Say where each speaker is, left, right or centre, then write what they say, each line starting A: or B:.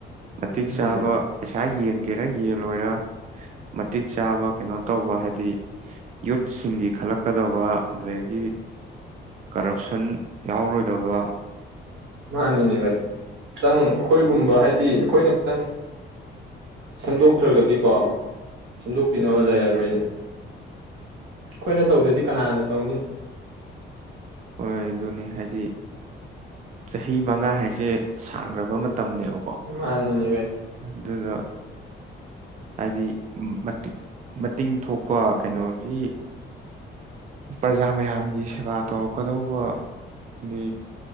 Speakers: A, on the right; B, on the right.
A: ꯃꯇꯤꯛ
B: ꯎꯝ
A: ꯆꯥꯕ ꯄꯩꯁꯥ ꯌꯦꯟꯒꯦꯔꯥ ꯌꯦꯟꯂꯣꯏꯔ ꯃꯇꯤꯛ ꯆꯥꯕ ꯀꯩꯅꯣ ꯇꯧꯕ ꯍꯥꯏꯗꯤ ꯌꯨꯠꯁꯤꯡꯒꯤ ꯈꯜꯂꯛꯀꯗꯕ ꯑꯗꯨꯗꯒꯤ ꯀꯔꯞꯁꯟ ꯌꯥꯎꯔꯣꯏꯗꯕ
B: ꯃꯥꯅꯤꯅꯦ ꯚꯥꯏ ꯈꯤꯇꯪ ꯑꯈꯣꯏꯒꯨꯝꯕ ꯍꯥꯏꯗꯤ ꯑꯈꯣꯏꯅ ꯈꯤꯇꯪ ꯈꯟꯗꯣꯛꯇ꯭ꯔꯒꯗꯤꯀꯣ ꯁꯦꯝꯗꯣꯛꯄꯤꯅꯕ
A: ꯎꯝ
B: ꯂꯩꯔꯔꯣꯏꯅꯦ ꯑꯈꯣꯏꯅ ꯇꯧꯗꯗꯤ ꯀꯅꯥꯅ ꯇꯧꯅꯤ
A: ꯍꯣꯏ ꯑꯗꯨꯅꯤ ꯍꯥꯏꯗꯤ ꯆꯍꯤ ꯃꯉꯥ ꯍꯥꯏꯁꯦ ꯁꯥꯡꯒ꯭ꯔꯕ ꯇꯝꯅꯦꯕꯀꯣ
B: ꯃꯥꯅꯤꯅꯦ ꯚꯥꯏ
A: ꯑꯗꯨꯗ ꯍꯥꯏꯗꯤ ꯃꯇꯤꯛ ꯃꯇꯤꯡ ꯊꯣꯛꯄ ꯀꯩꯅꯣꯒꯤ ꯄ꯭ꯔꯖꯥ ꯃꯌꯥꯝꯒꯤ ꯁꯦꯕꯥ ꯇꯧꯔꯛ ꯀꯗꯧꯕ ꯑ